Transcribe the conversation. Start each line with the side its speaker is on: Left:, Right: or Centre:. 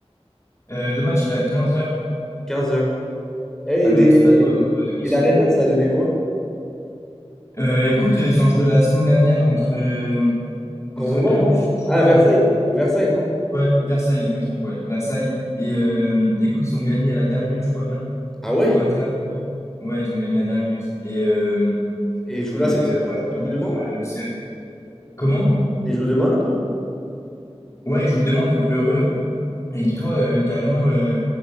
Left: Euh, le match, il est à 15h
Centre: Quinze heures. Eh,
Left: à
Centre: et,
Left: notre
Centre: les-
Left: stade, ouais, on
Centre: et-
Left: joue à domicile.
Centre: la réserve, ça a donné quoi?
Left: Euh, écoute, euh, ils ont joué la semaine dernière contre, euh, contre
Centre: voit
Left: un club
Centre: non?
Left: du Sud, je
Centre: Ah,
Left: crois
Centre: Versailles,
Left: bien.
Centre: euh, Versailles, non?
Left: Ouais, Versailles, je me trompe, ouais, Versailles. Et euh, écoute, ils ont gagné à la dernière minute, je crois bien.
Centre: Ah ouais?
Left: 21 Ouais, ils ont gagné à la dernière minute. Et, euh,
Centre: Et il joue
Left: et
Centre: là cette semaine?
Left: euh, ouais, c'est
Centre: Il
Left: un
Centre: joue
Left: match
Centre: demain,
Left: euh,
Centre: là?
Left: serré. Comment?
Centre: Et il joue demain, du coup?
Left: Ouais, ils jouent demain contre l'Heureux. Et dis-toi, euh, carrément, euh,